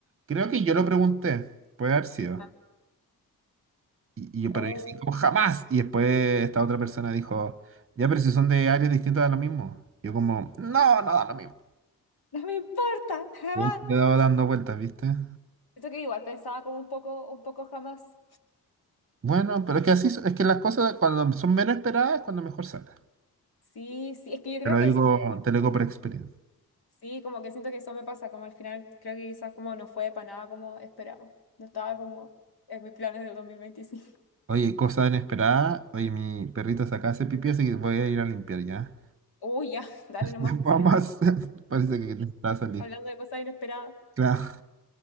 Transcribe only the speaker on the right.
Creo que yo lo pregunté, puede haber sido.
Y, y yo, pero
yo sí, como jamás. Y después esta otra persona dijo, ya, pero si son de áreas distintas da lo mismo. Yo como, no, no da lo mismo.
Y ahí me he dado dando vueltas, ¿viste?
Bueno, pero es que así, son- es que las cosas cuando son menos esperadas es cuando mejor salen.
Te lo
digo,
te lo digo por experiencia.
Oye, cosa inesperada. Oye, mi perrito se acaba de hacer pipí, así que voy a ir a limpiar ya.
<laughs>
Vamos,
<laughs> parece que te está a salir.
Claro,